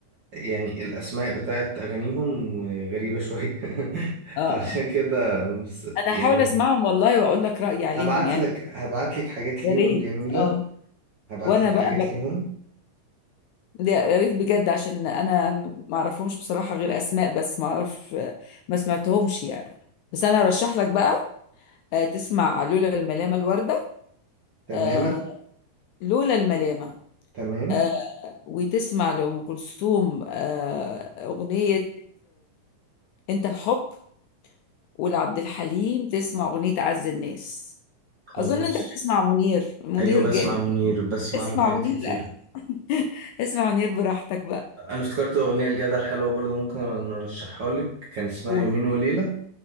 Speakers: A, on the right (about 50°); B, on the left (about 80°).
A: يعني الاسماء بتاعت اغانيهم غريبه شويه <laughs>
B: اه
A: فعلشان
B: آه.
A: كده مس-
B: انا
A: يعني
B: هحاول اسمعهم والله واقول لك رايي عليهم
A: هبعت
B: يعني
A: لك هبعت لك حاجات
B: يا
A: ليهم
B: ريت
A: جميله
B: اه
A: هبعت
B: وانا
A: لك حاجات
B: بقى بر...
A: ليهم
B: يا ريت بجد عشان انا ما اعرفهمش بصراحه غير اسماء بس ما اعرف ما سمعتهمش يعني بس انا ارشح لك بقى آه، تسمع لولا الملامه الورده
A: تماما
B: آه، لولا الملامه
A: تمام
B: آه، وتسمع لأم كلثوم آه، أغنية أنت الحب ولعبد الحليم تسمع أغنية أعز الناس
A: خلاص
B: أظن أنت بتسمع منير منير
A: ايوه بسمع
B: جامد
A: منير
B: جدا
A: بسمع
B: اسمع
A: له حاجات
B: منير
A: كتير
B: لا اسمع منير براحتك بقى
A: انا افتكرت اغنيه لجدل حلوه برضو ممكن ارشحها لك كان اسمها
B: قول
A: يومين وليله